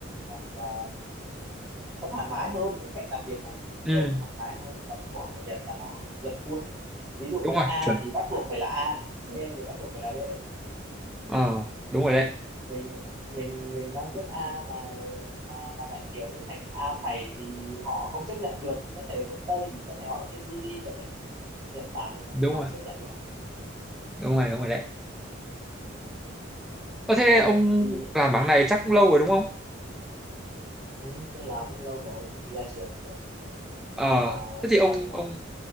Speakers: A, on the right; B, in the centre.
A: còn ờ, nó thoải mái hơn cái cách làm việc của người phương
B: ừ
A: Tây nó thoải mái hơn còn của người Nhật là nó dập khuôn ấy ví dụ
B: đúng
A: như
B: rồi
A: A
B: chuẩn
A: thì bắt buộc phải là A B thì bắt buộc phải là B
B: ờ đúng rồi đấy
A: mình mình mình đang viết A mà mà mà lại kiểu như thành A phẩy thì họ không chấp nhận được có thể phương Tây thì có thể họ sẽ duy được ấy nhưng Nhật Bản thì nó
B: đúng
A: không
B: rồi
A: chấp nhận được
B: đúng rồi đúng rồi đấy ờ thế
A: ừ,
B: ông
A: thì
B: làm bảng này chắc cũng lâu rồi đúng không
A: ừ, tôi làm cũng lâu rồi từ khi ra trường rồi
B: ờ
A: uh,
B: thế
A: chục
B: thì ông
A: năm rồi
B: ông